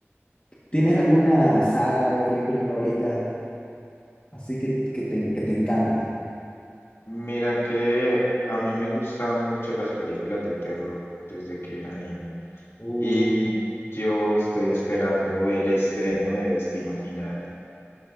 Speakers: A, on the left (about 25°); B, on the left (about 65°).
A: ¿Tienes alguna saga de películas favoritas así que, que te, que te encante?
B: Mira que a mí me gustan mucho las películas de terror desde que era niño.
A: Uy.
B: Y yo estoy esperando el estreno de Destino Final.